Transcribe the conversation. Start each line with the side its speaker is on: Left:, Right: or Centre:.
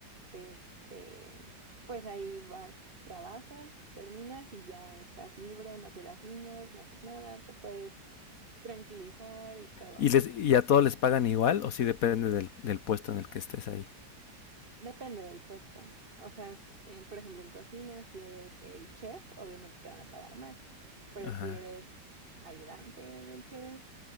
Right: este, pues ahí vas, trabajas, terminas y ya estás libre, no cuidas niños, no haces nada, te puedes tranquilizar y todo.
Left: ¿Y, les, ¿Y a todos les pagan igual o si depende del, del puesto en el que estés ahí?
Right: Depende del puesto. O sea, si- en- por ejemplo, en cocina, si eres el chef, obviamente te van a pagar más, pero
Left: Ajá,
Right: si eres ayudante del chef,